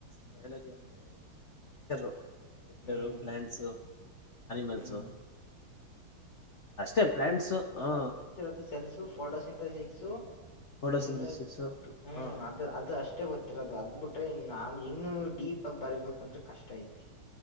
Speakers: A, on the left; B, on the left.
A: ಬಯಾಲಜಿ ಅಂದ್ರೆ ನೇಚರ್. ನೇಚರು
B: ಹ್ಮ್
A: ಪ್ಲಾಂಟ್ಸ. ಅನಿಮಲ್ಸು
B: ಹ್ಮ್
A: ಅಷ್ಟೇ ಪ್ಲಾಂಟ್ಸ್ ಹಾ
B: ರೋದು ಸೆಲ್ಸು ಫೋಟೋಸಿಂತಸಿಕ್ಸು
A: ಫೋಟೋಸಿಂಥಸಿಸು
B: ಸನ್ಲೈಟ್ ಹ್ಮ
A: ಹ
B: ಅದ ಅದು ಅಷ್ಟ. ಅಷ್ಟೇ ಗೊತ್ತಿರೋದು ಅದ್ ಬಿಟ್ರೆ ಇನ್ನ ನಾನ ಇನ್ನು ಡೀಪ್ ಆಗ ಬರೀಬೇಕು ಅಂದ್ರೆ ಕಷ್ಟ ಐತಿ.